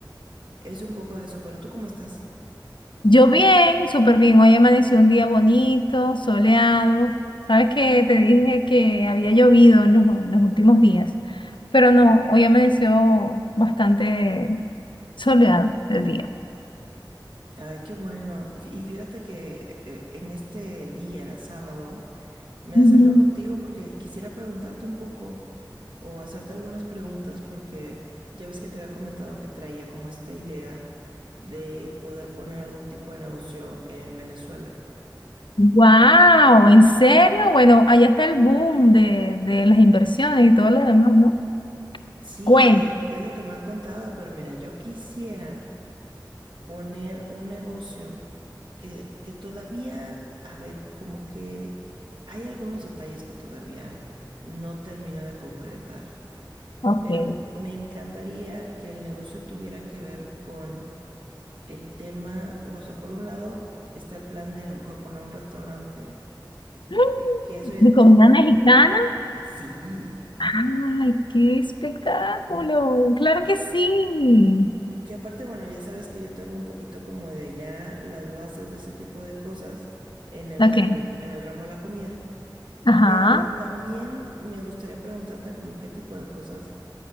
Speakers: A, on the right; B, on the left.
A: es un poco de eso, pero ¿tú cómo estás?
B: yo bien, súper bien. Hoy amaneció un día bonito, soleado. Sabes que te dije que había llovido en los, en los últimos días, pero no, hoy amaneció bastante soleado el día.
A: Ay, qué bueno. Fí- Y fíjate que eh, en este día, sábado, me
B: Ujú.
A: acerco contigo porque quisiera preguntarte un poco o hacerte algunas preguntas porque ya ves que te había comentado que traía como esta idea de poder poner algún tipo de negocio en Venezuela.
B: Wow, ¿en serio? Bueno, allá está el boom de, de las inversiones y todo lo demás, ¿no?
A: Sí,
B: Cuenta.
A: es, es lo que me han contado, pero mira, yo quisiera poner un negocio que, que todavía, a ver, como que hay algunos detalles que todavía no termino de concretar,
B: Ok.
A: pero me encantaría que el negocio tuviera que ver con el tema, o sea, por un lado está el plan de a lo mejor poner un restaurante,
B: <gasps>
A: que, que eso ya
B: ¿De comida
A: tengo,
B: mexicana?
A: sí,
B: ¡Ay, qué espectáculo! ¡Claro que sí!
A: que aparte, bueno, ya sabes que yo tengo un poquito como de ya las bases de ese tipo de cosas en el,
B: Ok,
A: en el, en el ramo de la comida,
B: ajá.
A: Pero también me gustaría preguntarte como qué tipo de cosas